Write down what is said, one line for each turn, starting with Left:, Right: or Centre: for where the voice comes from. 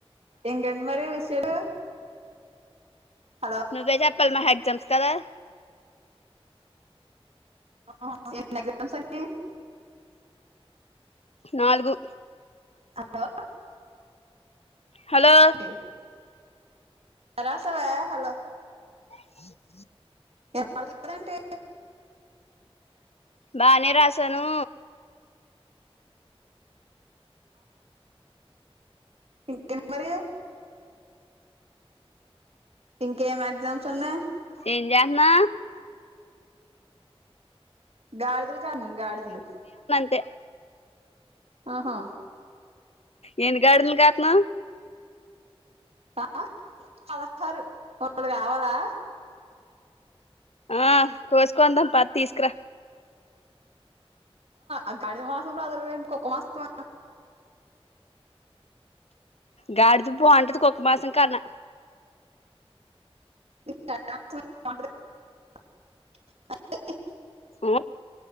Right: ఏంటండీ మరి విషయాలు హలో
Left: నువ్వు ఏ చే ఈ వాళ మా ఏక్జామ్స్ కదా
Right: <unintelligible>
Left: నాలుగు
Right: హలో
Left: హలో
Right: <unintelligible> అరాసవ హలో
Left: హ
Right: <unintelligible> ఏంటి
Left: బానే రాసాను
Right: ఇంకేం మరి ఇంకేం ఎగ్జామ్స్ ఉన్నాయి
Left: ఏంజన్న
Right: గాడిదలు కాస్తున్న గాడిదలు
Left: అంతే
Right: ఆహా
Left: ఏను గడులు కాత్నా
Right: ఆ పదహారు వాళ్ళు కావాలా
Left: ఆ కోస్కోందం పాతి తీసుకురా
Right: ఆగాడి మాసంట అజలు ఏంటి కుక్క మాస.
Left: గాడిదుప్పు అంటది కుక్క మాసం కాన్నా
Right: అ
Left: ఆ